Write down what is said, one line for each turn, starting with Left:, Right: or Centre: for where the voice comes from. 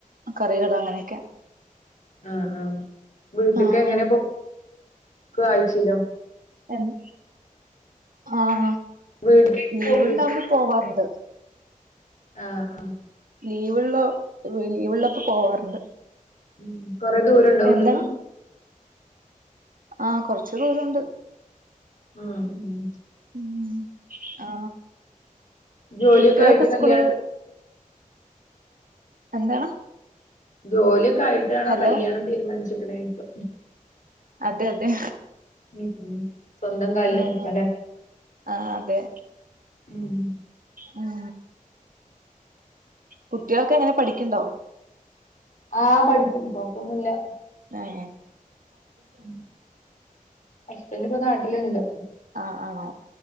Right: കറികൾ അങ്ങനെയൊക്കാ.
Left: ആഹ ആഹ വീട്ട്ക്ക്
Right: ആഹ്
Left: എങ്ങനെ പോക്ക് ആയിച്ചില്ലോ.
Right: യെന്ദ് ആഹ
Left: വീട്ട്ക്ക്
Right: ലീവ് ഉണ്ടാവുമ്പോ. പോവാറുണ്ട്.
Left: ആഹ ആഹ.
Right: ലീവുള്ള ലീവള്ളപ്പോ പോവാറുണ്ട്.
Left: ഉം കൊറെ ദൂരണ്ടോ വീട്ക്ക്.
Right: എന്താണ് ആഹ കുറച്ചു ദൂരോണ്ട്.
Left: ഉം ഉം.
Right: ഉ ആ
Left: ജോലിയൊക്കെ
Right: കുട്ട്യോളൊക്കെ
Left: ആയിട്ട്
Right: സ്കൂള്.
Left: കല്യാണം
Right: എന്താണ്.
Left: ജോലിയൊക്കെ ആയിട്ടാണോ
Right: ഹലോ
Left: കല്യാണം തീരുമാനിച്ക്ണ് ചെയ്ക
Right: അതെ അതെ.
Left: ഉം ഉം സ്വന്തം കാലിൽ
Right: ആഹ്
Left: നിൽക്കല്ലേ
Right: ആഹ് അതെ
Left: ഉം.
Right: ഉം. കുട്ട്യോളൊക്കെ എങ്ങനെ പഠിക്ണ്ടോ.
Left: ആഹ് പഠിക്കും കൊഴപ്പൊന്നുല്ല.
Right: ന്നാ യേ.
Left: മ് അസ്ബന്റ് ഇപ്പൊ നാട്ടില്ണ്ട്.
Right: ആ ആണോ